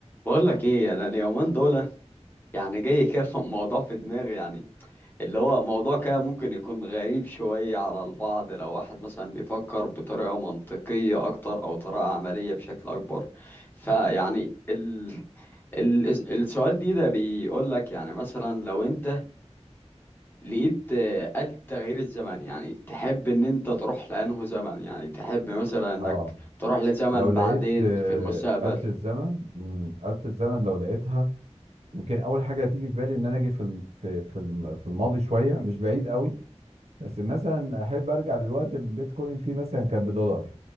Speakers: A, on the left; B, on the right.
A: بقول لك ايه انا اليومين دول يعني جاي كده <laughs> في موضوع في دماغي يعني اللي هو موضوع كده ممكن يكون غريب شوية على البعض لو واحد مثلا بيفكر بطريقة منطقية اكتر او طريقة عملية بشكل اكبر فيعني ال... ال... السؤال دي ده بيقول لك يعني مثلا لو انت لقيت آه، آلة تغيير الزمن يعني تحب ان انت تروح لانه زمن يعني تحب مثلا انك
B: اه
A: تروح لزمن
B: لو لقيت
A: بعدين
B: آه،
A: في المستقبل
B: آلة الزمن مم، آلة الزمن لو لقيتها يمكن أول حاجة هتيجي في بالي إن أنا أجي في ال- في في الم- في الماضي شوية مش بعيد قوي بس مثلا أحب أرجع للوقت اللي البيتكوين فيه مثلا كان بدولار